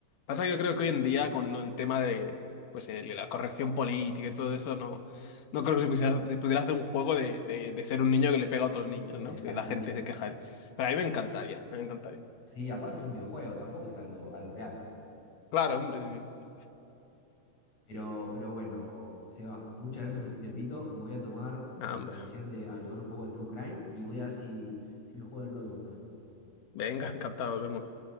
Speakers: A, on the left (about 80°); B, on the left (about 50°).
A: Pasa que yo creo que hoy en día con el tema de pues el- la corrección política y todo eso, no, no creo que se pusiera- se pudiera hacer un juego de, de, de ser un niño que le pega a otros niños,
B: Exactamente.
A: ¿no? Que la gente se queja. Pero a mí me encantaría, me encantaría.
B: Sí, aparte es un videojuego, tampoco es algo, algo real, ¿no?
A: Claro, hombre, sí. sí.
B: Pero, pero bueno, Seba, muchas gracias por este tiempito. Me voy a tomar tu
A: Ah,
B: recomendación
A: hombre.
B: de averiguar un poco de True Crime y voy a ver si, si me juego el Bloodborne también.
A: Venga, encantado, nos vemos.